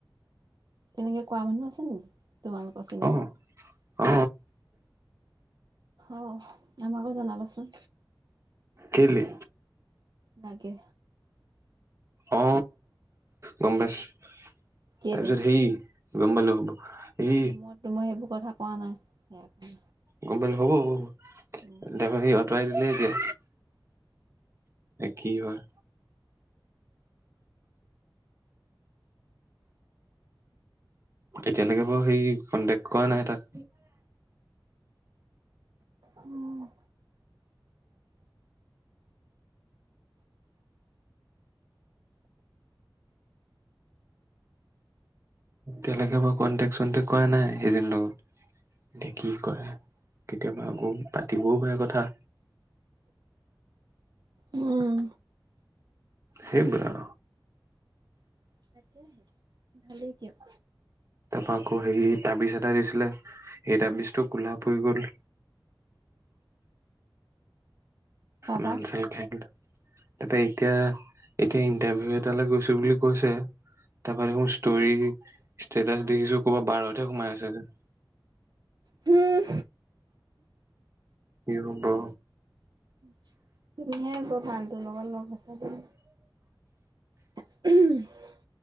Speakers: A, on the right (about 55°); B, on the right (about 35°).
A: এনেকে কোৱা মানুহ আছে নেকি তোমালোকৰ চিনাকি
B: অ অ
A: অ আমাকো জনাবাচোন
B: কেলে
A: নাগে
B: অ গম পাইছো
A: কেলে
B: তাৰপিছত সেই গম পালে হ'ব এই
A: সময়তো মই সেইবোৰ কথা কোৱা নাই।
B: গমপালে হব এটিয়াবা
A: উম
B: কি হল আঁতৰাই দিলে এতিয়া কি হয় এতিয়ালৈকে বাৰু হেই কন্টেক্ কৰা নাই তাক
A: উম,
B: তেওঁলকে ব কনটেক্ চনটেক্ কৰা নাই সেইদ লগত এতিয়া কি কৰে কেতিয়াবা আকৌ পাতিবও পাৰে কথা
A: উম,
B: হেইবৰা
A: তাকে আহে ভালেই কিয়ক
B: তাৰপৰা আকৌ হেৰি তামিজ এটা দিছিলে সেই তামিজটো কোলা পৰি গ'ল
A: তাৰপা
B: মানচল খেল তাৰপা এতিয়া এতিয়া ইণ্টাৰভিউ এটালৈ গৈছো বুলি কৈছে তাৰপৰা দেখোন ষ্টৰ ষ্টেটাচ দেখিছো কৰ'ৰবাত বাৰতহে সোমাই আছে যে
A: হুম,
B: ই বা
A: উম, হে ব গানটোৰ লগত লগ আছ দে উম